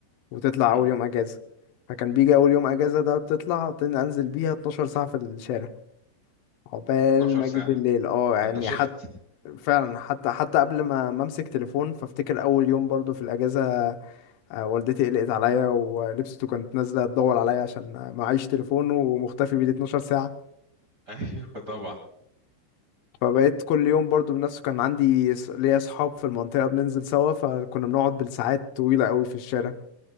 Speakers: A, on the left; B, on the right.
A: وتطلع
B: مم.
A: أول يوم أجازة فكان بيجي أول يوم أجازة ده بتطلع تن- أنزل بيها 12 ساعة في الشارع عقبال
B: 12
A: ما
B: ساعة
A: اجي بالليل اه يعني
B: ده انت شفت
A: حتى
B: <laughs>
A: فعلا حتى حتى قبل ما ما امسك تليفون فافتكر اول يوم برضو في الاجازه آه، والدتي قلقت عليا ولبسته كانت نازله تدور عليا عشان آه، معيش تليفون ومختفي بيه 12 ساعه
B: ايوه طبعا
A: فبقيت كل يوم برضو بنفسه كان عندي س- ليا اصحاب في المنطقه بننزل سوا فكنا بنقعد بالساعات طويله قوي في الشارع